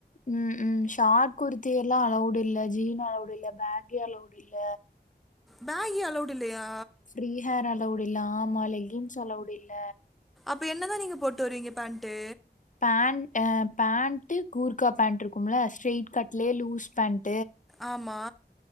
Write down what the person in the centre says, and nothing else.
பேக்யே அளவுடு இல்லயா
அப்ப என்னதா நீங்க போட்டு வருவீங்க பேண்ட்டு
ஆம்மா